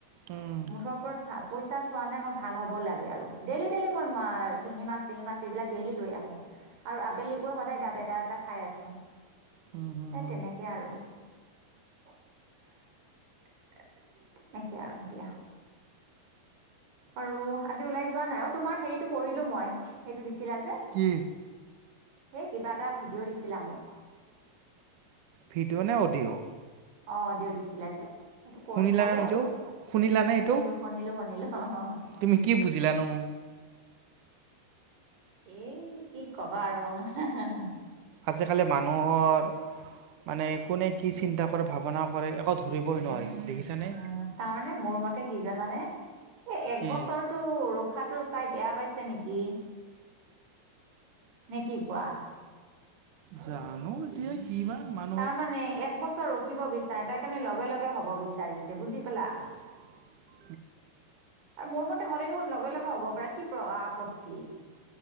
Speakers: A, on the right; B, on the right.
A: উম
B: মুঠৰ ওপৰত পইচা চোৱা নে মই ভাল হ'ব লাগে আৰু ডেইলি ডেইলি মই শিঙি মাছ চিঙি মাছ এইবিলাক ডেইলি লৈ আহোঁ। আৰু আবেলিকৈ সদায় ডাব এটা এটা খাই আছোঁ
A: হুম হুম
B: এই
A: হুম
B: তেনেকে আৰু। <unintelligible> সেনেকে আৰু এতিয়া। আৰু আজি ওলাই যোৱা নাই অ তোমাৰ হেৰিটো পঢ়িলোঁ মই সেইটো দিছিলা যে।
A: কি?
B: সেই কিবা এটা ভিডিঅ' দিছিলা মোক
A: ভিডিঅ' নে অডিঅ'?
B: অঁ অদিঅ' দিছিলা যে সেইটো প
A: শুনিলা
B: চালো
A: না সেইটো
B: আৰু।
A: শুনিলানে
B: শুনিলো
A: সেইটো
B: শুনিলো শুনিলো অ অ।
A: তুমি কি বুজিলানো?
B: সেই কি কবা আৰু হ হ হ
A: আজিকালি মানুহৰ মানে কোনে কি চিন্তা কৰে ভাৱনা কৰে একো ধৰিবই নোৱাৰি। দেখিছানে?
B: উ তাৰমানে মোৰ মতে কি জানানে এই এক
A: কি?
B: বছৰটো ৰখাতটো তাই বেয়া পাইছে নেকি? নে কি কোৱা?
A: জানো এতিয়া। ইৱা মান
B: তাৰমানানে এক বছৰ ৰখিব বিচাৰে নাই তাই তাৰমানে লগে লগে হব বিচাৰিছে বুজি পালা।
A: <inaudible>
B: আৰু মোৰ মতে হ'লে দেখোন লগে লগে হ'ব পাৰে, কি প্ৰ-আপত্তি।